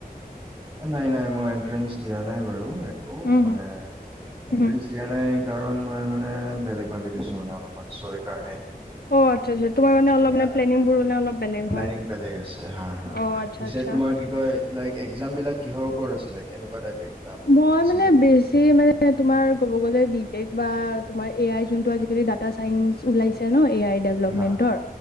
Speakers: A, on the right; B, on the left.
A: নাই নাই মই এন্ট্ৰেন্স দিয়া নাই বাৰু একো
B: উম,
A: মানে
B: হুম, উম
A: এণ্ট্ৰেন্স
B: হুম,
A: দিয়া নাই কাৰণ মই মানে বেলেগ ভাবি থৈছো মানে অলপমান চই কাৰণে
B: অ আচ্ছা আচ্ছা তোমাৰ মানে
A: সেয়া
B: অলপ মানে প্লেনিংবোৰ মানে অলপ বেলেগ
A: প্লেনিং
B: হয়।
A: বেলেগ আছে হা হা
B: অ' আচ্ছা
A: পিছে
B: আচ্ছা।
A: তোমাৰ কি কয় এইফালে এক এক্সাম বিলাক কিহৰ ওপৰত আছিলে কেনেকুৱা টাইপ এক্সাম?
B: মই
A: আছিলে
B: মানে
A: তোমাৰ
B: বেছি মানে তোমাৰ কব গলে বি টেক বা তোমাৰ এ আই যোনটো আজি কালি ডাটা চাইন্স ওলাই ছে ন এ আই ডেভপমেন্টৰ
A: হা